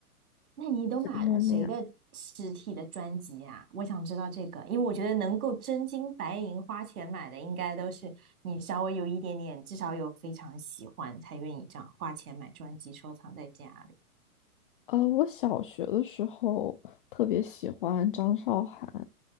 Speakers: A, on the right; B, on the left.
A: 那你都买了谁的实体的专辑啊？
B: 因为那样。
A: 我想知道这个，因为我觉得能够真金白银花钱买的，应该都是你稍微有一点点，至少有非常喜欢，才愿意这样花钱买专辑收藏在家里
B: 呃，我小学的时候特别喜欢张韶涵，